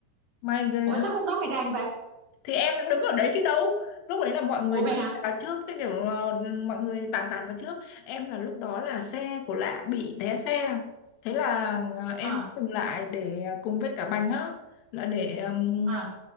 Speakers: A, on the left; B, on the right.
A: may ghê
B: ủa sao khúc đó mày rành vậy
A: thì em đang đứng ở đấy chứ đâu lúc đấy là mọi người
B: ủa
A: đi
B: vậy hả
A: vào trước cái kiểu là mọi người tàn tàn vào trước em là lúc đó là xe của lạ bị té xe thế là ờ, em
B: ờ
A: dừng lại để cùng với cả bành á là để ừm,
B: ờ à